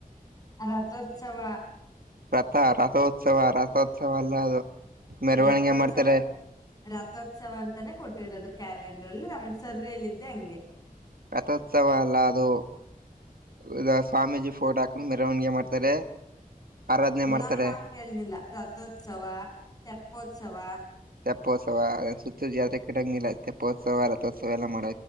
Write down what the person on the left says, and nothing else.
ರಥೋತ್ಸವ
ರಥೋತ್ಸವ
ರಥೋತ್ಸವ ಅಂತಾನೆ ಕೊಟ್ಟಿರೋದು ಕ್ಯಾಲೆಂಡರ್ ಅಲ್ಲಿ ನಮಗ್ ಸರ್್ರ ಹೇಳಿದ್ದೆ ಹಂಗೆ
ನಮ್ಗ ಹಂಗ ಹೇಳಿಲ್ಲ ರಥೋತ್ಸವ ತೆಪ್ಪೋತ್ಸವ